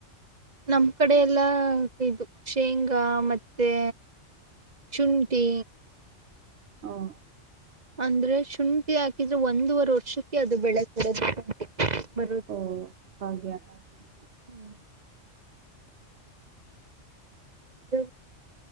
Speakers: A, on the right; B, on the right.
A: ನಮ್ ಕಡೆ ಎಲ್ಲಾ ಇದು ಶೇಂಗಾ ಮತ್ತೆ ಶುಂಠಿ
B: ಹವ್
A: ಅಂದ್ರೆ ಶ್ ಶುಂಠಿ ಹಾಕಿದ್ರೆ ಒಂದೂವರ್ ವರ್ಷುಕ್ಕೆ ಅದು ಬೆಳೆ ಕೊಡೋದು ಶುಂಠಿ ಬರೋದು
B: ಓ ಹಾಗೆ ಹಾಗ
A: ಹ್ಮ್ ಹ